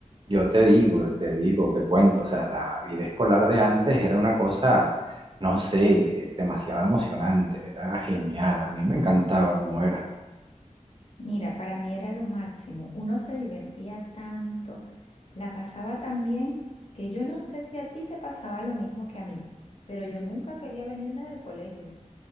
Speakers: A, on the right (about 40°); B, on the left (about 50°).
A: Yo te digo, te digo, te cuento, o sea, la vida escolar de antes era una cosa, no sé, demasiado emocionante, era genial, a mí me encantaba cómo era.
B: Mira, para mí era lo máximo. Uno se divertía tanto, la pasaba tan bien, que yo no sé si a ti te pasaba lo mismo que a mí, pero yo nunca quería venirme del colegio.